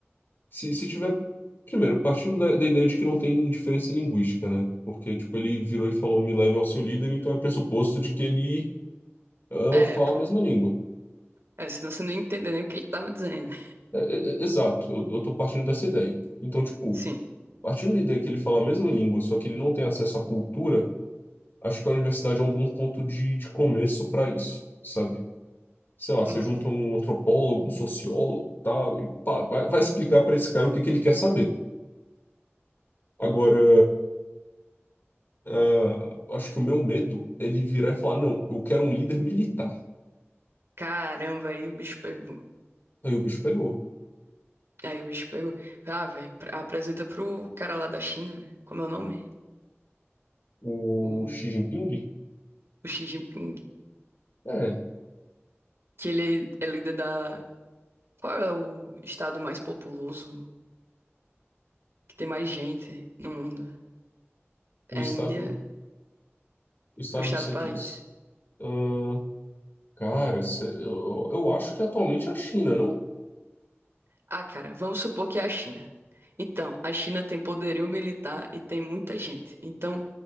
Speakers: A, on the left (about 50°); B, on the right (about 65°).
A: se, se tiver. Primeiro, partindo da, da ideia de que não tem diferença linguística, né? Porque, tipo, ele virou e falou, me leve ao seu líder, então é pressuposto de que ele ah,
B: É,
A: fala
B: pô.
A: a mesma língua.
B: É, senão você não ia entender nem o que ele tava dizendo.
A: É, é, é, exato, eu, eu tô partindo dessa ideia. Então,
B: <laughs>
A: tipo,
B: Sim.
A: partindo da ideia que ele fala a mesma língua, só que ele não tem acesso à cultura, acho que a universidade é um bom ponto de, de começo para isso, sabe? Sei lá, você
B: Hum.
A: junta um antropólogo, um sociólogo, tal, e pá, vai, vai explicar para esse cara o que que ele quer saber. Agora, ah, acho que o meu medo é ele virar e falar, não, eu quero um líder militar.
B: Caramba, aí o bicho pegou.
A: Aí o bicho pegou.
B: Aí o bicho pegou. Ah, velho, pra- apresenta pro cara lá da China, né? Como é o nome?
A: O
B: O,
A: Xi Jinping?
B: o Xi Jinping.
A: É,
B: Que ele é líder da. Qual é o estado mais populoso, que tem mais gente no mundo?
A: o
B: É
A: estado,
B: a Índia,
A: o estado
B: o estado
A: que você
B: país.
A: diz. Ah, cara, cê- eu, eu acho que atualmente é a China, não?
B: Ah, cara, vamos supor que é a China. Então, a China tem poderio militar e tem muita gente. Então,